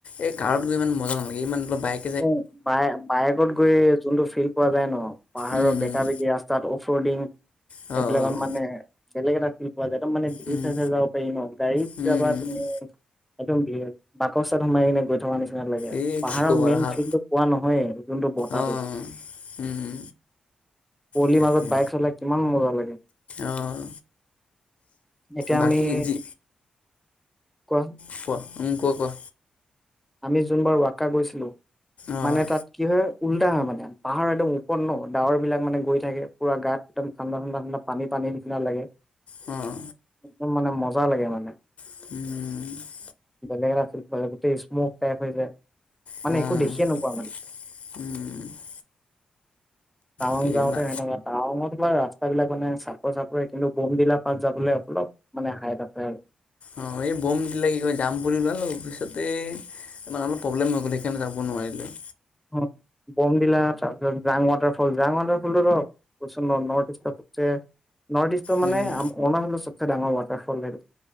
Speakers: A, on the left (about 65°); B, in the centre.
A: এই কাৰত গৈ ইমান মজা নালাগে ইমান অলপ বাইক
B: অ', বায় বায়েকত গৈ যোনটো ফিল্ড পোৱা যায় ন পাহাৰৰ
A: উম,
B: বেকা
A: উম,
B: বেকী ৰাস্তাত অফ ৰোডিং
A: অ', অ',
B: এইবিলাকত মানে বেলেগ এটা ফিল পোৱা যায় একদম মানে বি
A: উম,
B: চাই যাব পাৰি ন গাড়ীতাবা
A: উম,
B: তুমি একদম ভিৰ বাকস্থাত সোমাই কিনে গৈ থকা নিচিননা লাগে
A: এই
B: পাহাৰৰ
A: কি ক'ব
B: মেইন
A: আৰু ভাল
B: কোৱা নহয় যোনটো বতাহটো
A: অ', উম,
B: পলিৰ
A: তাকে
B: মাজত বাইক চলাই কিমান মজা লাগে
A: অ',
B: এতিয়া আমি
A: বাকী যি
B: কোৱা
A: কোৱা উম কোৱা কোৱা
B: আমি যোনবাৰ ৱাকা গৈছিলো
A: অ',
B: মানে তাত কি হয় উল্টা হয় মানে পাহাৰ একদম উপন্ন ডাৱৰ বিলাক মানে গৈ থাকে পোৰা গাত একদম ঠাণ্ডা ঠাণ্ডা ঠাণ্ডা পানী নিচিনা লাগে
A: অ'
B: একদম মানে মজা লাগে মানে
A: উম
B: বেলেগ এটা গোতেটেই স্মক টাইপ হৈ যায় মানে
A: অ',
B: একো দেখিয়ে নোপোৱা মানে
A: উম
B: টাৱাং
A: কিবা
B: যাওঁতে সেনে টাউনত বা ৰাস্তা বিলাক মানে চাপৰ চাপোৰে কিন্তু বোমডিলা পাছ যাবলৈ অলপ মানে হাইত আছে আৰু
A: অ', এই বম দিলে কি কয় জাম পৰিলোৱা পিছতে ইমান অপ প্ৰবলেম হৈ গ'ল সেইণে যাব নোৱাৰিলোঁ
B: অ, বমডিলা তাৰপিছত জাং ৱাটাৰফল, জাং ৱাটাৰফলটো ধৰক কচোন <unintelligible> যে নৰ্থ ইষ্টৰ
A: উম,
B: মানে অৰুণাচলৰ চবচে ডাঙৰ ৱাটাৰফল সেইটো।